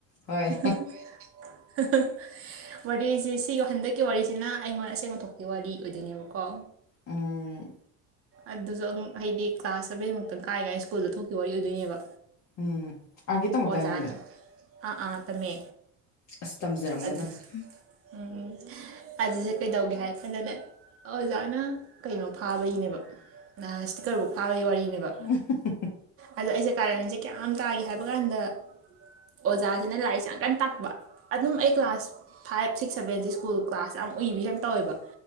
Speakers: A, on the left; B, on the right.
A: ꯍꯣꯏ
B: <unintelligible> <unintelligible> ꯋꯥꯔꯤꯁꯤ ꯁꯤꯒꯤ ꯍꯟꯗꯛꯀꯤ ꯋꯥꯔꯤꯁꯤꯅ ꯑꯩꯉꯣꯟꯗ ꯑꯁꯦꯡꯕꯊꯣꯛꯈꯤ ꯋꯥꯔꯤ ꯑꯣꯏꯗꯣꯏꯅꯦꯕꯀꯣ
A: ꯎꯝ
B: ꯑꯗꯨꯁꯨ ꯍꯥꯏꯗꯤ ꯀ꯭ꯂꯥꯁ ꯁꯥꯚꯦꯟ ꯃꯨꯛꯇꯪ ꯀꯥꯏ ꯀꯥꯏ ꯁ꯭ꯀꯨꯜꯗ ꯊꯣꯛꯈꯤꯕ ꯋꯥꯔꯤ ꯑꯣꯏꯗꯣꯏꯅꯦꯕ
A: ꯎꯝ ꯑꯥꯔꯀꯦ ꯇꯝꯃꯛꯇꯥꯏ
B: ꯑꯣꯖꯥꯅ
A: ꯅꯪꯗꯤ
B: ꯑꯥ ꯑꯥ ꯇꯝꯃꯦ
A: ꯑꯁ ꯇꯝꯖꯥꯔꯝꯒꯗꯝ
B: ꯑꯗꯨ
A: ꯍꯨꯝ
B: ꯎꯝ ꯑꯗꯨꯗ ꯀꯩꯗꯧꯒꯦ ꯍꯥꯏꯔ ꯀꯟꯗꯅꯦ ꯑꯣꯖꯥꯅ ꯀꯩꯅꯣ ꯐꯥꯕꯒꯤꯅꯦꯕ ꯑꯥ ꯁ꯭ꯇꯤꯛꯀꯔ ꯕꯨꯛ ꯐꯥꯕꯒꯤ ꯋꯥꯔꯤꯅꯦꯕ
A: <unintelligible>
B: ꯑꯗꯣ ꯑꯩꯁꯦ ꯀꯥꯔꯟꯁꯦ ꯀꯌꯥꯝ ꯇꯥꯒꯦ ꯍꯥꯏꯕ ꯀꯥꯟꯗ ꯑꯣꯖꯥꯁꯤꯅ ꯂꯥꯏꯔꯤꯛꯁꯦ ꯌꯥꯝ ꯀꯟ ꯇꯥꯛꯄ ꯑꯗꯨꯝ ꯑꯩ class five six ꯁꯚꯦꯟꯁꯦ school class ꯌꯥꯝ ꯎꯏꯕꯁꯦ ꯌꯥꯝ ꯇꯧꯋꯦꯕ